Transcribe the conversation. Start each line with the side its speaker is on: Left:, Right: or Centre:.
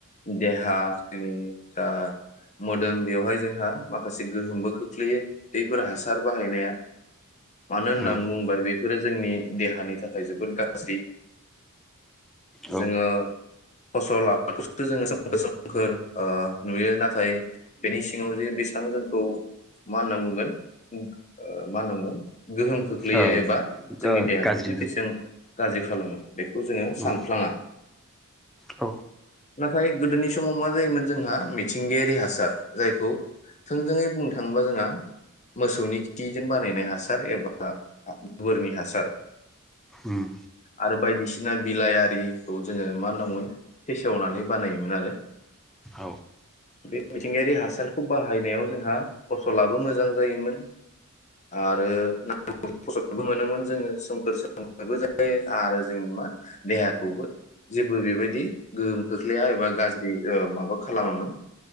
Left: देहा जोंनि ओ मोदोम बेवहाय जोंहा माखासे गोहोमबो खोख्लैयो बेफोर हासार बाहायनाया। मानो होनना
Centre: औ
Left: बुङोबा बे आरो जोंनि देहानि थाखाय जोबोद गाज्रि।
Centre: औ
Left: जोङो फसल लाखौसो जोङो सोमखोर सोमखोर ओ नुयो नाथाय बेनि सिङाव जे बेसेबां जोंखौ मा होनना बुंगोन ओ मा होना बुंगोन गोहोम खोख्लैयो
Centre: ओ
Left: एबा जोंनि
Centre: ओ
Left: देहाखौ
Centre: गाज्रि
Left: जे
Centre: गोहोम
Left: बेसां गाज्रि खालामो बेखौ जोङो
Centre: उम
Left: सानफ्लाङा।
Centre: औ
Left: नाथाय गोदोनि समाव मा जायोमोन जोंहा मिथिंगायारि हासार जायखौ थोंजोङै बुंनो थाङोब्ला जोंहा मोसौनि खिजों बानायनाय हासार एबा। गोबोरनि हासार।
Centre: उम
Left: आरो बायदि। बिना बिलाइारिखौ जोङो मा होनां बुंगोन। फेसेवनानै बानायोमोन आरो।
Centre: औ
Left: बे मिथिंगायारि हासारखौ बाहायनायाव जोंहा। फसलाबो मोजां जायोमोन। आरो <unintelligible> मोनोमोन जोङो सोमखोर सोमखोरबो जायो आरो जोंनि मा देहाखौबो जेबो बेबायदि गोहोम खोख्लैया एबा गाज्रि ओ माबा खालामामोन।